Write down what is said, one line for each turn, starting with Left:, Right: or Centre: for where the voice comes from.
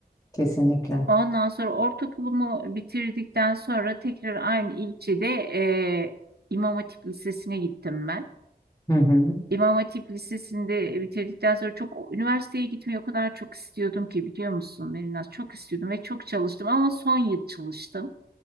Left: Kesinlikle.
Right: Ondan sonra ortaokulumu bitirdikten sonra tekrar aynı ilçede e, İmam Hatip Lisesi'ne gittim ben.
Left: Hı hı.
Right: İmam Hatip Lisesi'nde bitirdikten sonra çok üniversiteye gitmeyi o kadar çok istiyordum ki biliyor musun Merinas? Çok istiyordum ve çok çalıştım ama son yıl çalıştım.